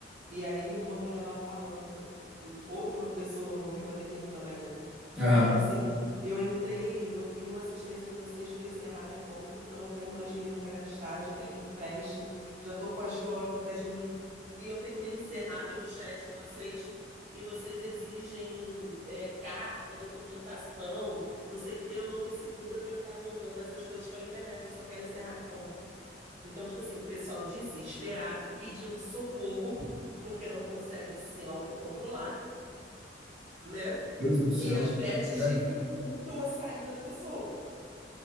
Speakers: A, on the right; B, in the centre.
A: E aí, uma mulher lá falando, no- outra pessoa no Reclame Aqui também, né?
B: Ah,
A: Falando assim, eu entrei, eu queria uma assistência de vocês para encerrar minha conta, porque eu não tenho mais dinheiro para gastar, eu já peguei empréstimo, já tô com a agiota atrás de mim. E eu tentei encerrar pelo chat de vocês, e vocês exigem é, carta, documentação, não sei o que, eu não tô segura para ficar mandando essas coisas pela internet, eu só quero encerrar minha conta. Então, tipo assim, o pessoal desesperado, pedindo socorro, porque não consegue se autocontrolar, né?
B: Deus do céu.
A: E as bets
B: É.
A: dificultam a saída da pessoa